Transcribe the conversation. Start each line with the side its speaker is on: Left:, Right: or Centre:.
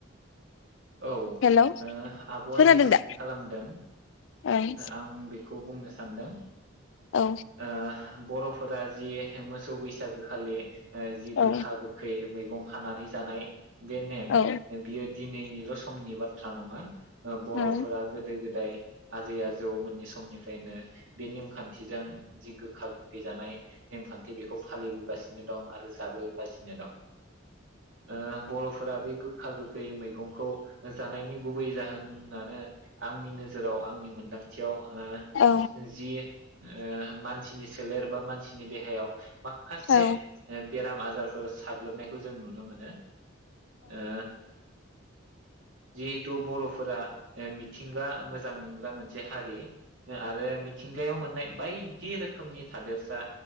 Right: औ औ
Left: हेलौ
Right: आब'आ
Left: खोनादों
Right: जि सोंथि
Left: दा
Right: खालामदों
Left: ओं
Right: आं बेखौ खौ बुंनो सानदों
Left: औ
Right: ओ बर'फोरा जि मोसौ बैसागोखालि जि
Left: औ
Right: गोखा गोखै मैगं खानानै जानाय बे नेम
Left: औ
Right: बियो दिनैनि ल' समनि बाथ्रा नङा बर'फोरा
Left: औ
Right: गोदो-गोदाय आजै-आजै जौ मोननि समनिफ्रायनो बे नेमखान्थिजों जि गोखा गोखै जानाय नेमखान्थि बेखौ फालिबोगासिनो दं आरो जाबोगासिनो दं ओ बर' फोरा बे गोखा गोखै मैगंखौ जानायनि गुबै जाहोनानो आंनि नोजोराव आंनि मोनदांथियाव ओ
Left: औ
Right: जि ओ मानसिनि सोलेर बा मानसिनि देहायाव माखासे
Left: औ
Right: बेराम आजार ओ साग्लोबनायखौ जों नुनो मोनो ओ जिहेथु बर'फोरा ओ मिथिंगा मोजां मोनग्रा मोनसे हारि आरो मिथिंगायाव मोननाय बायदि रोखोमनि थादेरसा